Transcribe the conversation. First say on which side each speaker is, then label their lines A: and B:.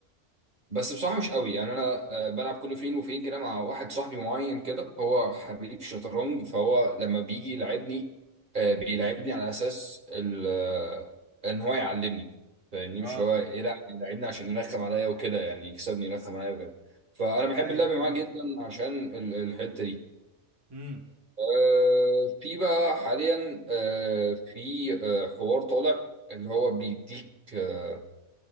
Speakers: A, on the right; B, on the right.
A: بس بصراحه مش قوي يعني انا آه، بلعب كل فين وفين كده مع واحد صاحبي معين كده هو حريف شطرنج فهو لما بيجي يلعبني آه، بيلعبني على اساس ال- آه، ان هو يعلمني فاهمني
B: اه
A: مش اللي هو يلعب يلعبني عشان يرخم عليا وكده يعني يكسبني يرخم عليا وكده فانا بحب
B: ايوه
A: اللعب معاه
B: فهمت
A: جدا عشان ال- الحته دي
B: امم
A: آه، في بقى حاليا آه، في آه، حوار طالع اللي هو بيديك آه،